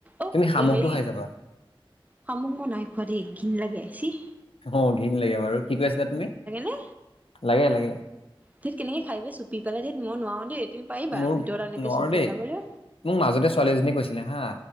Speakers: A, on the right; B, on the left.
A: অ'ক
B: তুমি শামুকটো
A: হেৰি
B: খাই যাবা
A: শামুক মই নাই খোৱা দেই, ঘিণ লাগে ছিহ।
B: অ' ঘিণ লাগে বাৰু। কি কৈ আছিলা তুমি?
A: নে
B: লাগে, লাগে।
A: ধেত কেনেকে খাই ৰে চুপি পেলাই, ধেত মই নোৱাৰো দেই। কিবা
B: মোৰ
A: ভিতৰত এনেকে
B: নোৱাৰো
A: চুপি
B: দেই
A: খাবলে।
B: মোক মাজতে ছোৱালীজনী এজনী কৈছিলে হা,